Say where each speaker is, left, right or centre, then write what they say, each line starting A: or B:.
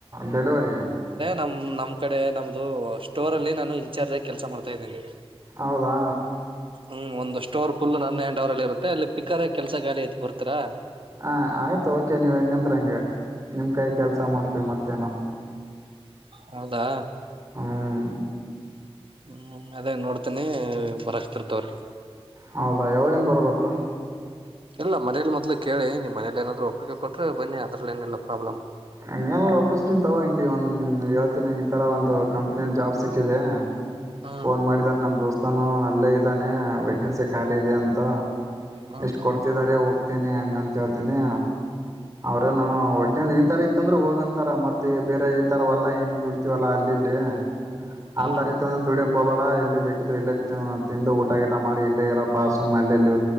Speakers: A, on the right (about 30°); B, on the right (about 55°).
A: ಡೆಲಿವರಿ
B: ನಮ ನಮ್ ಕಡೆ ನಮ್ದು ಸ್ಟೋರ್ ಅಲ್ಲಿ ನಾನು ಇನ್ಚಾರ್ಜ್ ಆಗಿ ಕೆಲಸ ಮಾಡ್ತಾ ಇದ್ದೇನಿ
A: ಹೌದಾ
B: ಹ್ಮ್ ಒಂದು ಸ್ಟೋರ್ ಫುಲ್ ನನ್ ಹ್ಯಾಂಡ್ ಅವರ್ಲ್ಲಿ ಇರುತ್ತೆ ಅಲ್ಲಿ ಪಿಕ್ಕರ್ ಕೆಲ್ಸಗಾರ್ ಐತ್ ಬರ್ತೀರಾ
A: ಹ ಆಯ್ತು ಓಕೆ ನೀವ್ ಹೆಂಗಂತ್ರ ಹಂಗೆ ನಿಮ್ ಕೈ ಕೆಲಸ ಮಾಡ್ತೀವಿ ಮತ್ತೇನು
B: ಹೌದಾ
A: ಹ್ಮ್
B: ಹ್ಮ್ ಅದೇ ನೋಡ್ತೇನಿ ಬರಕ್ತಿರ್ತವ್ರೀ
A: ಹೌದಾ ಯಾವಾಗಿನ್ ಬರ್ಬೇಕು?
B: ಇಲ್ಲ ಮನೇಲಿ ಮೊದ್ಲು ಕೇಳಿ ನೀವು ಮನೇಲಿ ಏನಾದ್ರು ಒಪ್ಪಿಗೆ ಕೊಟ್ರೆ ಬನ್ನಿ ಅದ್ರಲ್ಲ್ ಏನಿಲ್ಲ ಪ್ರಾಬ್ಲಮ್
A: ಹಂಗ್ ಎನ್ ಒಪಿಸ್ತಿನ್ತವ್ ಹ ಒಂದ್ ಹೇಳ್ತಿನಿ ಈತರ ಒಂದು ಕಂಪ್ನಿಲ್ಲಿ ಜಾಬ್ ಸಿಕ್ಕಿದೆ
B: ಹ್ಮ್
A: ಫೋನ್ ಮಾಡಿದಾರ ನಮ್ ದೋಸ್ತಾನ ಅಲ್ಲೇ ಇದ್ದಾನೆ ವೆೇಕೆನ್ಸಿ ಖಾಲಿ ಇದೆ ಅಂತ
B: ಹ್ಮ್
A: ಎಷ್ಟು
B: ಹ್ಮ್
A: ಕೊಡ್ತಿದಿದ್ದಾರೆ ಹೋಗ್ತೇನೆ ಹ ಅಂತ ಹೇಳ್ತೀನಿ ಅವ್ರ ನಾವ್ಕ ಇದ್ ಈ ತರ ಇತ್ತ ಅಂದ್ರೆ ಹೋಗಂತಾರ ಮತ್ತೆ ಬೇರೆ ಈ ತರವಲ್ಲ್ಂಗ್ದ ಹೆಂಗ ದುಡ್ತಿವಲ್ಲ ಅಲ್ಲಿ ಇಲ್ಲಿ ಆ
B: ಹ್ಮ್
A: ತರ ತ ದುಡಿಯ ಕುಕೋಬೇಡ ಇಲ್ಲೇ ಬೇಕಿದ್ರೆ ಇಲ್ಲೇ ತಿಂದು ಊಟ ಗಿಟ ಮಾಡಿ ಇಲ್ಲೇ ಇರ ಪಾಸು ಮಲೆಲ್ಲಿ